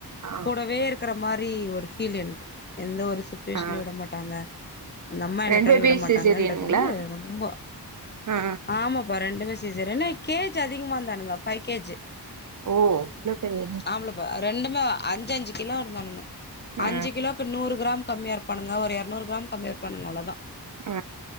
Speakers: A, on the right; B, on the left.
A: ஆ
B: கூடவே இருக் இக்கற மாரி ஒரு ஃபீல் எனக்கு எந்த ஒரு சுச்சுவேஷன்ல
A: ஆ
B: விட மாட்டாங்க அந்த அம்மா என்ன
A: ரெண்டு
B: கை
A: பேபி
B: விட மாட்டாங்கன்றது
A: சிசேரியனுங்களா
B: வந்து ரொம்ப
A: ஆ
B: ஆமாப்பா ரெண்டுமே சிசேரியனு என்ன கே ஜி அதிகமாந்தானுங்க பைவ் கே ஜி
A: ஓ இவ்ளோ பெரிய
B: ஆம்பளைப்பா ரெண்டுமே அஞ்சு அஞ்சு கிலோ இருந்தானுங்க
A: ஆ
B: அஞ்சு கிலோக்கு நூறு கிராம் கம்மியா இருப்பானுங்க ஒரு இருநூறு கிராம் கம்மியா இருப்பானுங்க அவ்ளோதா
A: ஆ